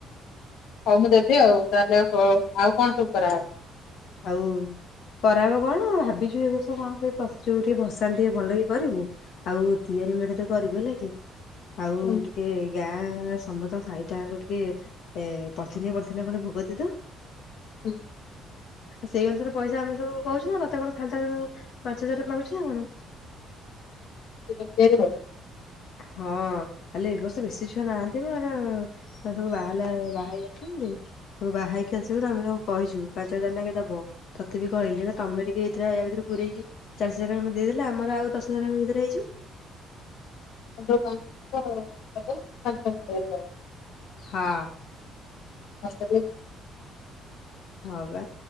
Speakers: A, on the left; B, on the left.
A: ହଉ ମୁଁ ଦେବି ଆଉ ତାହେଲେ ଆଉ ଆଉ କଣ ସବୁ କରାହେବ
B: ଆଉ କରାହବ କଣ ଭାବିଛୁ ଏ ବର୍ଷ କଣ ସେ ପଚକୁ ଟିକେ ଭସାଣି ଟିକେ ଭଲ କି କରିବୁ ଆଉ ତିଆରି ମେଢଟେ କରିବୁ ହେଲା କି? ଆଉ
A: ହୁଁ
B: ଟିକେ ଗାଁ ସମସ୍ତଙ୍କ ସାହିଟା ଜାଙ୍କ ଟିକେ ର ପଲଥିନେ ପଲଥିନେ କରି ଭୋଗ ଦେଇଦବୁ।
A: ହଁ।
B: ସେଇଅନୁସାରେ ପଇସା ଆମେ ସବୁ କହୁଛୁ ନା ତତେ କଣ ଖାଲିଟାରେ ମୁଁ ପାଞ୍ଚ ହଜାର ମାଗୁଛି ନା କଣ?
A: ସେ କଣ ଫ୍ରୀ ରେ ଦେବ।
B: ହଁ ହେଲେ ଏ ବର୍ଷ ବେଶି ଛୁଆ ନାହାଁନ୍ତି ମ ଏରା ଏସବୁ ବାହେଲା ବାହା ହେଇଯାଇଛନ୍ତି। ତୁ ବାହାହେଇକି ଆସିବେ ତାଙ୍କୁ ଆମେ ସବୁ କହିଛୁ। ପାଞ୍ଚ ହଜାର ନାକେ ଦବ ତଥାପି କହିଲେ ନା ତମେ ଟିକେ ଏଥିରେ ଜଦି ପୁରେଇକି ଆଭିତରେ ପୁରଇକି ଚାଳିଶ ହଜାର ଖଣ୍ଡେ ଦେଇଦେଲେ ଆମର ଆଉ ଦଶ ହଜାର ଭିତରେ ହେଇଯିବ।
A: <unintelligible> <unintelligible>
B: ହଁ।
A: ହ ତ।
B: ହଁବା